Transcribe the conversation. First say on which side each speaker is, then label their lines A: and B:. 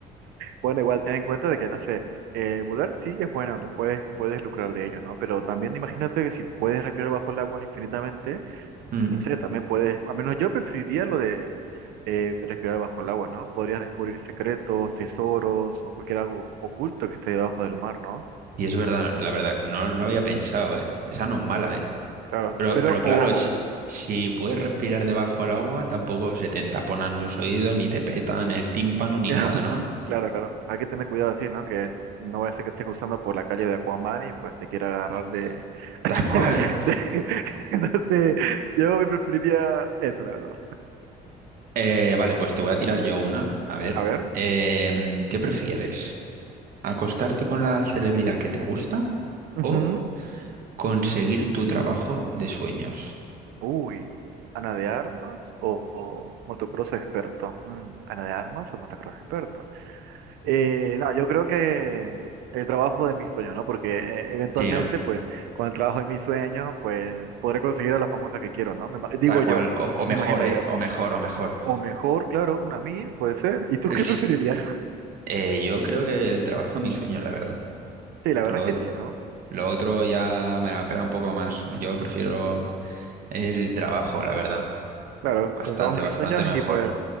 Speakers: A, on the right; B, on the right.
A: Bueno, igual ten en cuenta de que, no sé, eh, volar sí es bueno, le puedes, puedes lucrar de ello, ¿no? Pero también imagínate que si puedes respirar bajo el agua infinitamente,
B: Mm.
A: no sé, también puedes, al menos yo preferiría lo de eh, respirar bajo el agua, ¿no? Podrías descubrir secretos, tesoros o cualquier algo oculto que esté debajo del mar, ¿no?
B: Y es verdad, la verdad, no, no había pensado, ¿eh? Esa no es mala, ¿eh?
A: Claro,
B: Pero,
A: pero
B: pero claro,
A: ojo.
B: si, si puedes respirar debajo del agua, tampoco se te taponan los oídos, ni te petan el tímpano, ni
A: <laughs>
B: nada, ¿no?
A: Claro, claro. Hay que tener cuidado así, ¿no? Que no vaya a ser que estés cruzando por la calle de Aquaman y pues te quiera agarrar
B: <laughs>
A: de... <laughs>
B: Tal cual, ¿eh?
A: de- <laughs> Entonces, yo preferiría eso, la verdad.
B: Eh, vale, pues te voy a tirar yo una. A ver,
A: A ver.
B: em, ¿qué prefieres? ¿Acostarte con la celebridad que te gusta
A: Ujú.
B: o conseguir tu trabajo de sueños?
A: Uy. ¿Ana de armas o, o motocross experto? Mm, ¿Ana de armas o motocross experto? Eh, no, yo creo que el trabajo de mis sueños, ¿no? Porque eh, eventualmente,
B: Sí, ¿no?
A: pues, con el trabajo de mis sueños, pues, podré conseguir a la famosa que quiero, ¿no? Me ima- digo
B: Tal cual,
A: yo,
B: o, o mejor,
A: me imagino
B: ¿eh?
A: yo.
B: O mejor, o mejor.
A: O mejor, claro, una Miss, puede ser. ¿Y tú
B: <laughs>
A: qué preferirías? <laughs>
B: Eh, yo creo que el trabajo es mi sueño, la verdad.
A: Sí, la
B: Lo,
A: verdad es que sí, ¿no?
B: lo otro ya me la pela un poco más. Yo prefiero el trabajo, la verdad.
A: Claro,
B: Bastante,
A: con el trabajo de
B: bastante
A: mis sueños
B: mejor.
A: y pues